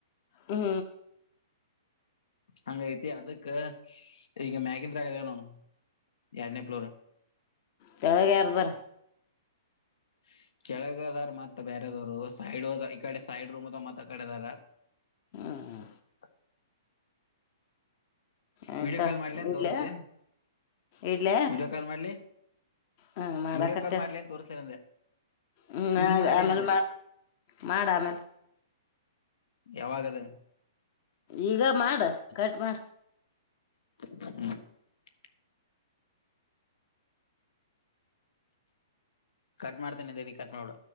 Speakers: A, on the left; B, on the left.
A: ಹ್ಮ್
B: ಅಂಗ ವಿಐತ ಅದುಕ್ಕೆ ಈಗ ಮಗನ್ ಗಣು ಎರಡನೇ ಪ್ಲೋರ್
A: ಕೆಳಗೆರದರ
B: ಹ್ಮ ಕೆಳಗದಾರ ಮತ್ತ ಬೇರೆದವ್ರು ಸೈಡ್ ಅದ ಈ ಕಡೆ ಸೈಡ್ ರೂಮ್ ಅದ ಮತ್ತ ಕಡೆದಾರ
A: ಹ್ಮ್
B: ಹ
A: ಆಯ್ತಾ
B: ವಿಡಿಯೋ ಕಾಲ್ ಮಾಡ್ಲಿ ಅಂತ
A: ಇಲ್ಲ
B: ತೋರಿಸ್ಲೇನ್
A: ಇಡ್ಲ
B: ವಿಡಿಯೋ ಕಾಲ್ ಮಾಡ್ಲಿ
A: ಹಾ ಮಾಡಕತ್ತ
B: ವಿಡಿಯೋ ಕಾಲ್ ಮಾಡ್ಲಿ ಅಂತ ತೋರಿಸ್ಲೇನ್ ಅಂದೆ
A: ಹ್ಮ
B: ಈಗ
A: ಆ
B: ಮಾಡ್ಲೇನ್
A: ಆಮೇಲ್
B: ಅಂದೆ
A: ಮಾಡ ಮಾಡ ಆಮೇಲ್
B: ಯಾವಾಗದ
A: ಈಗ ಮಾಡ ಕಟ್ ಮಾಡ
B: ಹ್ಮ್ ಕಟ್ ಮಾಡ್ತೇನೆ ಇದ್ದೀನಿ ಕಟ್ ಮಾಡಡ